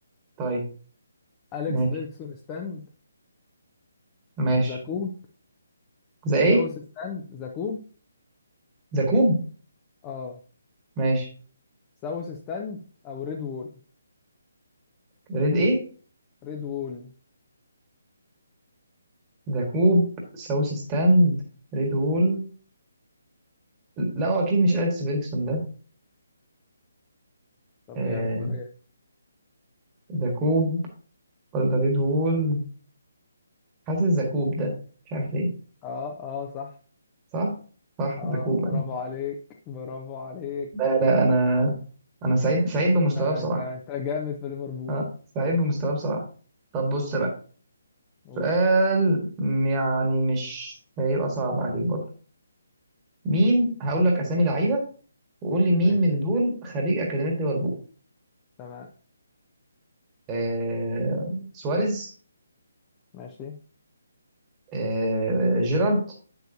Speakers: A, on the right; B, on the left.
A: طيب
B: أليكس
A: ماشي
B: بيركسون ستاند
A: ماشي
B: زاكوب
A: ذا ايه
B: ساوث ستاند زاكوب
A: ذا كوب
B: اه
A: ماشي
B: ساوث ستاند او ريد وول
A: ريد ايه
B: ريد وول
A: ذا كوب ساوث ستاند ريد وول لا هو اكيد مش اليكس فيرجسون ده
B: طب
A: آه،
B: ايه هتختار ايه
A: ذا كوب ولا ريد وول حاسس ذا كوب ده مش عارف ليه
B: اه اه صح
A: صح صح
B: اه
A: ذا كوب
B: برافو
A: يعني.
B: عليك برافو عليك
A: لا لا انا انا سعيد سعيد بمستواه
B: آه،
A: بصراحه
B: انت انت جامد في ليفربول
A: اه سعيد بمستواه بصراحه طب بص بقى
B: قول.
A: سؤال يعني مش هيبقى صعب عليك برضه مين هقول لك اسامي لعيبه وقول لي مين
B: ماشي
A: من دول خريج اكاديميه ليفربول
B: تمام
A: آه سواريز
B: ماشي
A: آه جيرارد